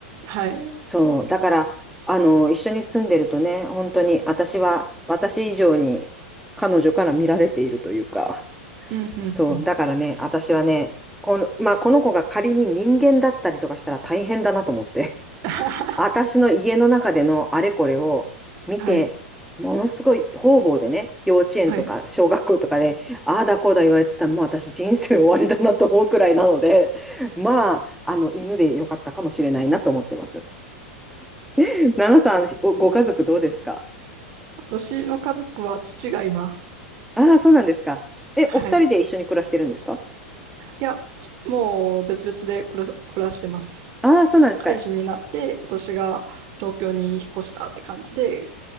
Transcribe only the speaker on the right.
はい。
うん、うん、
うん。
<laughs>
はい。
はい。
私の家族は父がいます。
はい。
いや、ちもう別々で暮ら暮らしてます。
社会人になって、私が東京に引っ越したって感じで、